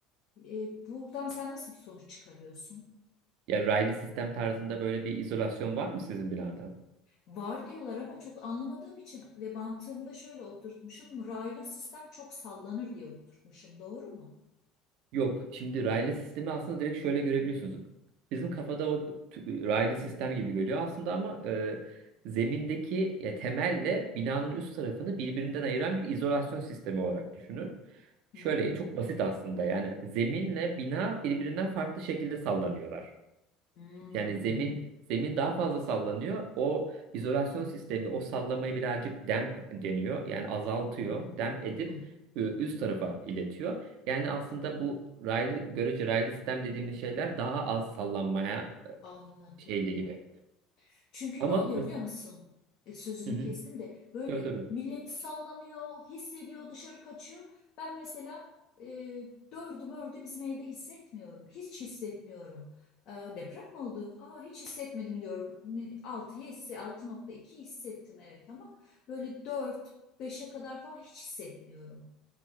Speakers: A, on the left (about 50°); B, on the right (about 55°).
A: e, buradan sen nasıl bir sonuç çıkarıyorsun?
B: Ya raylı sistem tarzında böyle bir izolasyon var mı sizin binada?
A: Var diyorlar ama çok anlamadığım için ve mantığımda şöyle oturtmuşum. Raylı sistem çok sallanır diye oturtmuşum. Doğru mu?
B: Yok şimdi raylı sistemi aslında direkt şöyle görebiliyorsunuz. Bizim kafada o tü- raylı sistem gibi geliyor aslında ama e, zemindeki ya, temelle binanın üst tarafını birbirinden ayıran bir izolasyon sistemi olarak düşünün. Şöyle
A: Hı hı.
B: çok basit aslında yani zeminle bina birbirinden farklı şekilde sallanıyorlar.
A: Hmm.
B: Yani zemin zemin daha fazla sallanıyor. O izolasyon sistemi o sallamayı birazcık damp deniyor. Yani azaltıyor.
A: Hmm.
B: Damp edip
A: Hı hı.
B: e, üst tarafa iletiyor. Yani aslında bu raylı görece raylı sistem dediğimiz şeyler daha az sallanmaya
A: Anladım.
B: e, şeyli gibi.
A: Çünkü
B: Ama
A: ne oluyor
B: mesela
A: biliyor musun? E, sözünü
B: hı hı,
A: kestim de böyle
B: tabii tabii.
A: millet sallanıyor, hissediyor, dışarı kaçıyor. Ben mesela e, dördü mördü bizim evde hissetmiyorum. Hiç hissetmiyorum. Aa, deprem mi oldu? Aa, hiç hissetmedim diyorum. 6'yı hisse, altı nokta iki hissettim evet ama böyle 4, beşe kadar falan hiç hissetmiyorum.